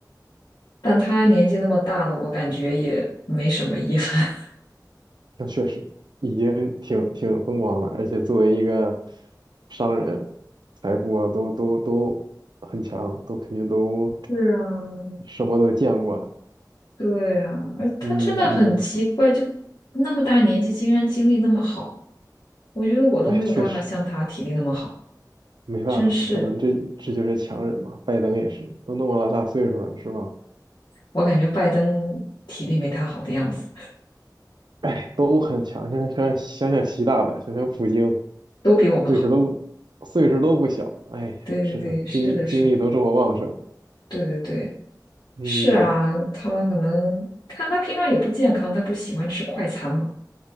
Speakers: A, on the left; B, on the right.
A: 但他年纪那么大了，我感觉也没什么遗憾。
B: 那确实已经挺挺风光了，而且作为一个商人，财富啊都都都很强，都肯定都
A: <laughs> 是啊，
B: 什么都见过了。
A: 对啊，而他真的很奇怪，
B: 嗯嗯，
A: 就那么大年纪，竟然精力那么好，我觉得我都没有办法像他体力那么好，
B: 哎，确实没办法，
A: 真是，
B: 可能这这就是强人嘛。拜登也是，都那么老大岁数了，是吧？
A: 我感觉拜登体力没他好的样子，
B: 哎，都很强。想想想想习大大，想想普京，
A: 都比我们好。
B: 岁数都不岁数都不小。哎呀，
A: 对对对，
B: 是精力精力都这么旺盛。
A: 是的，是的，对对对，
B: 嗯，
A: 是啊，他们可能看他平常也不健康，他不喜欢吃快餐嘛，